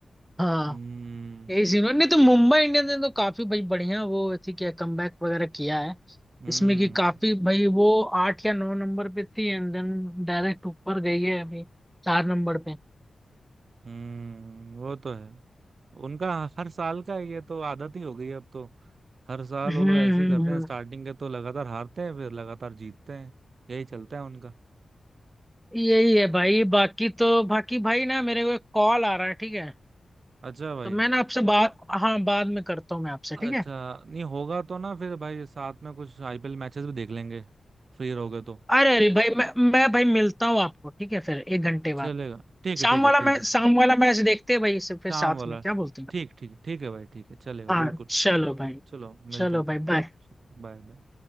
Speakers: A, in the centre; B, on the right.
A: हाँ
B: हम्म
A: यही सीन है नहीं तो मुंबई इंडियंस ने तो काफी भाई बढ़िया वो थी क्या कमबैक वगैरह किया है
B: हम्म
A: इसमें कि काफी भाई वो आठ या नौ नंबर पे थी एंड देन डायरेक्ट ऊपर गई है अभी चार नंबर पे
B: हम्म वो तो है उनका हर साल का ये तो आदत ही हो गई है अब तो हर साल
A: हम्म
B: वो लोग ऐसे
A: हम्म,
B: ही करते
A: हम्म।
B: हैं स्टार्टिंग के तो लगातार हारते हैं फिर लगातार जीतते हैं यही चलता है उनका
A: यही है भाई बाकी तो बाकी भाई ना मेरे को एक कॉल आ रहा है ठीक है
B: अच्छा भाई
A: तो मैं ना आपसे बात हाँ बाद में करता हूँ मैं आपसे
B: अच्छा
A: ठीक है
B: नहीं होगा तो ना फिर भाई साथ में कुछ आईपीएल मैचेस भी देख लेंगे फ्री रहोगे तो
A: अरे अरे भाई मैं मैं भाई मिलता हूँ आपको ठीक है फिर एक घंटे बाद
B: चलेगा ठीक है
A: शाम
B: ठीक
A: वाला
B: है ठीक
A: मैं
B: है
A: शाम वाला मैच देखते हैं भाई इसे फिर
B: शाम
A: साथ
B: वाला
A: में क्या बोलते हैं
B: ठीक ठीक ठीक है भाई ठीक है चलेगा
A: हाँ
B: बिल्कुल
A: चलो भाई
B: चलो
A: चलो
B: मिलते हैं
A: भाई
B: फिर
A: बाय
B: Bye bye